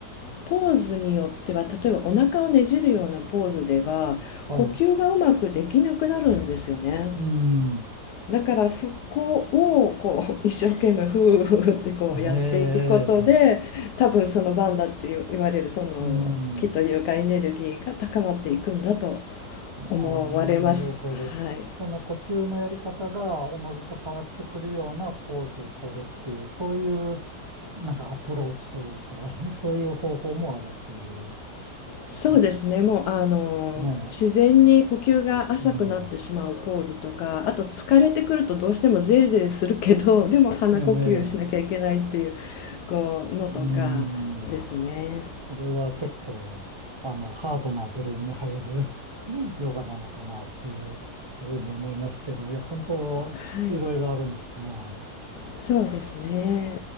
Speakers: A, on the left; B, on the right.
A: ポーズによっては例えばお腹をねじるようなポーズでは呼吸がうまくできなくなるんですよね。
B: はい。うん。
A: だからそこをこう <laughs> 一生懸命ふーふーってこうやっていくことで多分そのバンダって言われるその
B: へえ。うん。
A: 気というかエネルギーが高まっていくんだと
B: ああ、
A: 思われます。
B: なるほど。
A: はい
B: その呼吸のやり方がおのずと変わってくるようなポーズを取るっていう、そういう、なんかアプローチというか、<laughs> そういう方法もあるという。
A: そうですね、
B: うん
A: もうあの自然に呼吸が浅くなってしまうポーズとか、
B: ねえ。うん。
A: あと疲れてくるとどうしてもゼーゼーするけど、<laughs> でも鼻呼吸しなきゃいけないっていう、
B: ええ。
A: こうのとかですね。
B: うん。これは結構、あの、ハードな部類に入る <laughs> ヨガなのかなっていうふうに思いますけど、いや、本当、
A: はい、
B: いろいろあるんですね。
A: そうですね。